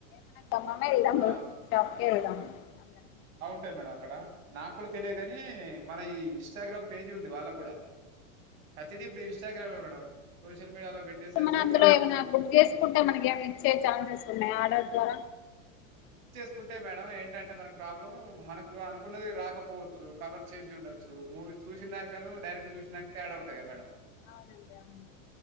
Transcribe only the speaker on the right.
ఆ
టాయి మేడం అక్కడ నాకు కూడా తెలియగాని మన ఈ ఇన్స్టాగ్రామ్ పేజీ ఉంది వాళ్ళ కూడా ప్రతిది ఇప్పుడు ఇన్స్టగ్రామే మేడం సోషల్ మీడియాలో పెట్టేసేసి
వాళ్ళు
కుంటే మేడం ఏంటంటే మనకు ప్రాబ్లం మనకు అనుకున్నది రాకపో చ్చు కలర్ చేంజ్ ఉండొచ్చు మూవీ చూసినానిక డైరెక్ట్ చూసిన దానికి తేడా ఉంటయి కద మేడం